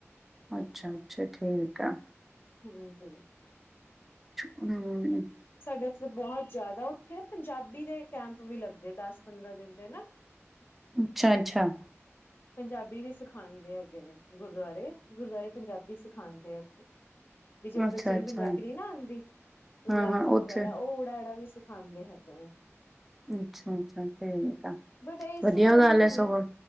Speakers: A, in the centre; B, on the left.
A: ਅੱਛਾ ਅੱਛਾ ਠੀਕ ਆਂ
B: <unintelligible>
A: ਹੂੰ,,,
B: ਸਾਡੇ ਉੱਥੇ ਬਹੁਤ ਜ਼ਿਆਦਾ ਉੱਥੇ ਨਾ ਪੰਜਾਬੀ ਦੇ ਕੈਂਪ ਵੀ ਲੱਗੇ ਆ ਦਸ ਪੰਦਰਾਂ ਦਿਨ ਦੇ ਨਾ। <inaudible>
A: ਅੱਛਾ-ਅੱਛਾ।
B: ਪੰਜਾਬੀ ਵੀ ਸਿਖਾਉਂਦੇ ਹੈਗੇ ਨੇ ਗੁਰਦੁਆਰੇ, ਗੁਰਦੁਆਰੇ ਪੰਜਾਬੀ ਸਿਖਾਉਂਦੇ ਆ। ਵੀ ਜਿਹੜੇ
A: ਅੱਛਾ-ਅੱਛਾ,
B: ਬੱਚੇ ਨੂੰ ਪੰਜਾਬੀ ਨਹੀਂ ਨਾ ਆਉਂਦੀ
A: ਹਾਂ-ਹਾਂ
B: ਊੜਾ
A: ਉੱਥੇ
B: ਪੈਰਾ ਉਹ ਉੜਾ - ਐੜਾ ਵੀ ਸਿਖਾਉਂਦੇ ਹੈਗੇ ਨੇ।
A: ਅੱਛਾ-ਅੱਛਾ ਠੀਕ ਆ,
B: ਬਟ ਇਸ
A: ਵਧੀਆ
B: ਵਾਰੀ
A: ਗੱਲ ਹੈ
B: ਨੀ
A: ਸਗੋਂ।